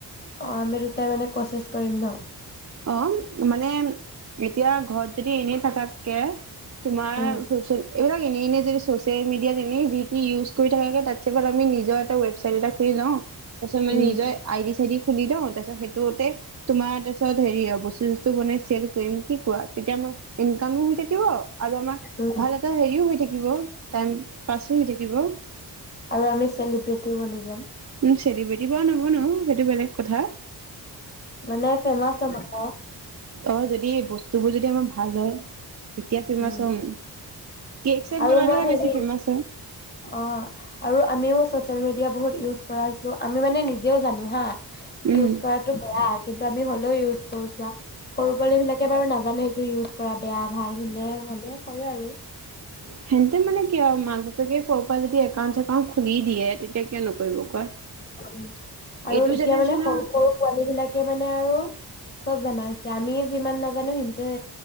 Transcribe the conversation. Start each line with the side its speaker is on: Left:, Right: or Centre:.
Left: অ', আমি দুটাই মানে কচিছ কৰিম ন',?
Right: অ', মানে, এতিয়া ঘৰত যদি এনে থাকাতকে তোমাৰ
Left: উম
Right: চচিয়েল এইবিলাক এনে - এনে যদি, চচিয়েল - মিডিয়াত এনে জিতি ইউজ্ কৰি থকাতকৈ তাটচে ভাল আমি নিজৰ এটা ৱেবছাইট এটা খুলি লওঁ। তাৰ পিছত আমাৰ
Left: উম
Right: নিজৰে আই- ডি- চাইডি, খুলি দিওঁ তাৰপিছত সেইটোতে তোমাৰ তাৰপিছত, তাত হেৰি অহ ', বস্তু - চস্তো বনাই চেল কৰিম কি কোৱা। তেতিয়া আমাৰ ইনকামো হৈ থাকিব, আৰু আমাৰ
Left: উম
Right: ভাল এটা হেৰিও হৈ থাকিব, টাইম পাছোঁ হৈ থাকিব।
Left: আৰু আমি চেলিব্ৰেটিও বনি যাম।
Right: চেলিব্ৰেটিৰ বাৰু নৱনোও সেইটো বেলেগ কথা।
Left: মানে ফেমাচ হম্ আক
Right: অঁ যদি বস্তুবোৰ যেতিয়া মই ভাল লও তেতিয়া ফিমাছ
Left: উম
Right: হম। কেক চেক
Left: আৰু
Right: বনালেহে
Left: মই হেৰি
Right: বেছি ফেমাচ হয়
Left: অ আৰু আমিওঁ চচিয়েল মিডিয়া। বহুত ইউজ কৰাইছো আমি মানে নিজেওঁ জানো হা। ইউজ
Right: উম
Left: কৰাটো কৰা বেয়া কিন্তু আমি হ'লেও ইউজ। অ চোৱা। সৰু পোৱালি বিলাকে বাৰু নাজানেই। ইউজ কৰা বেয়া ভাল এনে হলেওঁ কৰে আৰু।
Right: সিহঁতে মানে কিয় মাক বাপেকে। কৰ পৰা যদি একাউণ্ট চেকাউন্ট। অ খুলি দিয়ে তেতিয়া। কিয় নকৰিব কোৱা।
Left: ওম আৰু
Right: এইটো
Left: এতিয়া
Right: জেনেৰেশ্যনৰ
Left: মানে সৰু সৰু পোৱালী বিলাকে মানে আৰু চব জনা হৈছে। আমি যিমান নাজানো সিহঁতি